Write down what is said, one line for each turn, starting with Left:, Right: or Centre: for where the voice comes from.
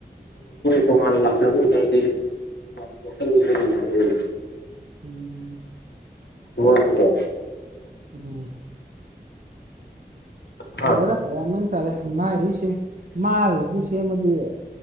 Left: ꯇꯣꯉꯥꯟꯅ ꯂꯥꯛꯆꯕ ꯑꯣꯏꯇꯥꯔꯗꯤ ꯋꯥꯈꯜ ꯈꯔ ꯅꯨꯡꯉꯥꯏꯅꯤ
Right: ꯎꯝ
Left: ꯍꯗ
Right: ꯎꯝ
Left: ꯍꯥ
Right: ꯪ ꯌꯥꯝ ꯇꯔꯦ ꯃꯥꯁꯤ ꯃꯥꯒꯤ ꯄꯨꯁꯤ ꯑꯃꯗꯤ